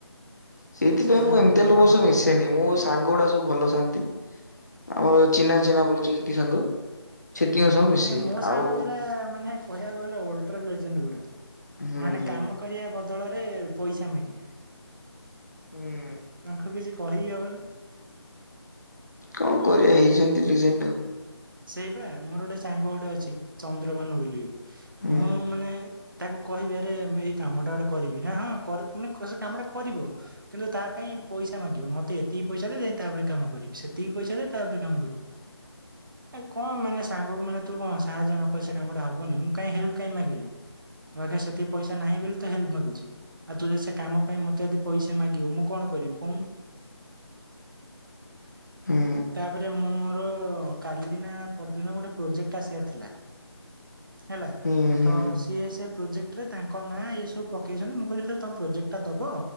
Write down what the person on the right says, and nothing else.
ସେଇଆ
ଆଉ ମନଟା
ଭଲ
ଲାଗୁନି ଆଉ
ହୁଁ
ନାଇଁ ମୋ ସାଙ୍ଗ
ଗୁରା ମାନେ କହିବାକୁ ଗଲେ ଅଲଟ୍ରା ଲେଜେଣ୍ଡ ଗୁରା।
ମାନେ
କାମ କରିବା ବଦଳରେ ପଇସା ମାଗିବେ।
ତାଙ୍କୁୁ କିଛି କହିି ହି ହବନି।
ସେଇପା ମୋର ଗୋଟେ ସାଙ୍ଗ ଗୋଟେ ଅଛି ଚନ୍ଦ୍ରଭାନୁ ବୋଲି
ମୁଁ ମାନେ ତାକୁ କହିବି ଆରେ ଆମେ ଏଇ କାମ ଟା ଗୋଟେ କରିବି ହ ହଁ ମାନେ ସେ କାମ ଟା କରିବ କିନ୍ତୁ ତା ପାଇଁ ପଇସା ମାଗିବ ମତେ ଏତିକି ପଇସା ଦେ ତାପରେ କାମ କରିବି ସେତିକି ପଇସା ଦେ ତାପରେ କାମ କରିବି ଏ କଣ ମାନେ ସାଙ୍ଗକୁ ମାନେ ତୁ କଣ ସାହାଯ୍ୟ ନକ ସେ କାମଟା ହବନି ମୁ କାହିଁ ହେଲ୍ପ କାହିଁ ମାଗିଲି ମୋ ଆଖ ସେତିକି ପଇସା ନାହିଁ ବୋଲି ତ ହେଲ୍ପ ମାଗୁଛି ଆଉ ତୁ ଯ ସେ କାମ ପାଇଁ ମତେ ଯଦି ପଇସା ମାଗିବୁ ମୁଁ କଣ କରିବି କଣ
ତାପରେ ମୋର କାଲି ନା ପରଦିନ ଗୋଟେ ପ୍ରୋଜେକ୍ଟ ଟାହିଆର ଥିଲା ହେଲା
ତ ସିଏ ସେ ପ୍ରୋଜେକ୍ଟ ରେ ତାଙ୍କ ନାଁ ଏ ସବୁ ପକେଇଛନ୍ତି ମୁଁ କହିଲି କହ ତମ ପ୍ରୋଜେକ୍ଟା ଦବ